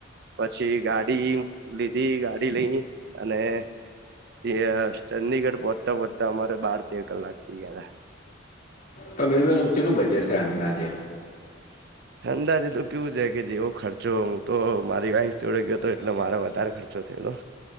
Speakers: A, on the right; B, on the left.
A: પછી ગાડી લીધી, ગાડી લઈ અને પછી ચંદીગઢ પહોંચતા પહોચતા અમારે બાર તેર કલાક થઇ ગયાતા.
B: પણ ભઈબંધ આમ ચેટલું બજેટ થાય અંદાજે?
A: <inaudible> અંદાજે તો કેવું છે, કે જેવો ખર્ચો હું તો મારી વાઇફ જોડે ગયો તો એટલે મારો વધારે ખર્ચો થયો તો.